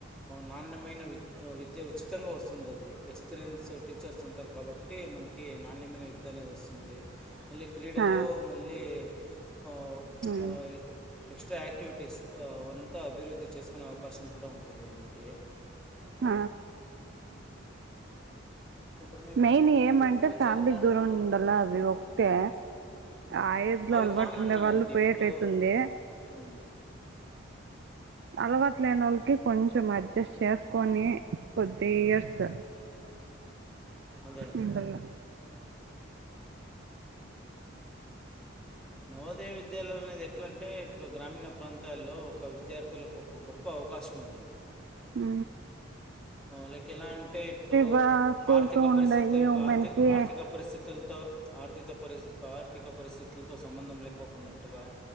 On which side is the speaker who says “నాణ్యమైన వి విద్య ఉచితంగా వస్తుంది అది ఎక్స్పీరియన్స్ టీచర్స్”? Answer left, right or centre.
Centre